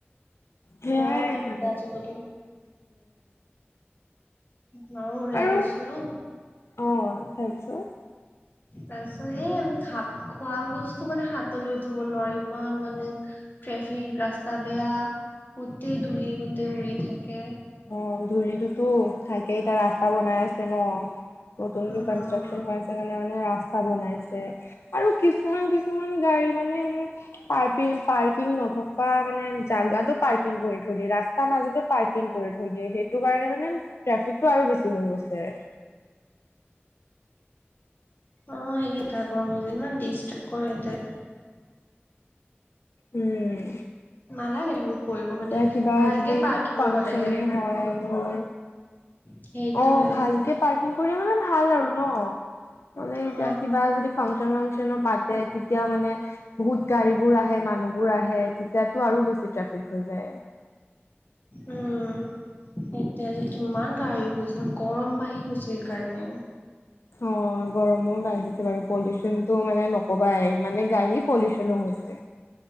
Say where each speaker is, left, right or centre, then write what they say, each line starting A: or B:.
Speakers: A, on the left; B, on the left.
A: সেয়াই
B: বৰ দিগদাৰ
A: উম
B: আজিকালি মাও ওলাই
A: আৰু
B: গৈছিলো
A: অ তাৰপিছত
B: তাৰপিছত এই আমি খা খোৱা বস্তু মানে হাতত লৈ থাকিব নোৱাৰি ইমান মানে ট্ৰেফিক ৰাস্তা বেয়া গোটেই ধূলি গোটেই উৰি থাকে
A: অ ধূলিটোতো থাকেই এতিয়া ৰাস্তা বনাই আছে ন নতুনকে
B: উম,
A: কনষ্টাচন হৈ আছে কাৰণে মানে ৰাস্তা বনাই আছে আৰু কিছুমান কিছুমান গাড়ী মানে এনে পাৰ্কিং পাৰ্কিং নথকা মানে জাগাতো পাৰ্কিং কৰি থৈ দিয়ে ৰাস্তাৰ মাজতে পাৰ্কিং কৰি থৈ দিয়ে সেইটো কাৰণে মানে ট্ৰেফিকটো আৰু বেছি হৈ গৈছে
B: অ সেইকেইটা গৰম যে ইমান ডিষ্টাব কৰে এইয়াতে
A: উম
B: নালাগে মোক কৰিব কাৰণে
A: এতিয়া কিবা
B: ভালকে
A: যদি
B: পাৰ্কিং
A: ফাংচনে
B: কৰিব লাগে
A: হয় মানে
B: সেইটোৱে
A: অ ভালকে পাৰ্কিং কৰি মানে ভাল আৰু ন মানে এতিয়া
B: অ
A: কিবা যদি ফাংচন ফাংচনো পাতে তেতিয়া মানে বহুত গাড়ী বোৰ আহে মানুহবোৰ আহে তেতিয়াতো আৰু বেছি ট্ৰেফিক হৈ যায়
B: উম এতিয়া যে ইমান গাড়ী গৈছে আৰু গৰম বাঢ়ি গৈছে সেই কাৰণে
A: অ গৰমো বাঢ়িছে বাৰু পলিউচনটো মানে নকবাই মানে গাড়ী পলিউচনো হৈছে